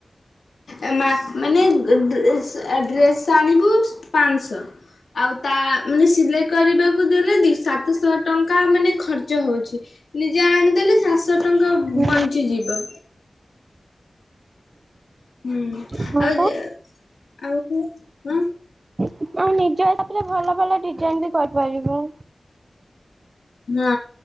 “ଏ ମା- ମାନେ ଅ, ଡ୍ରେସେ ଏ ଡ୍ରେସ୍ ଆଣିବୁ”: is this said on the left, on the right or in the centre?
Left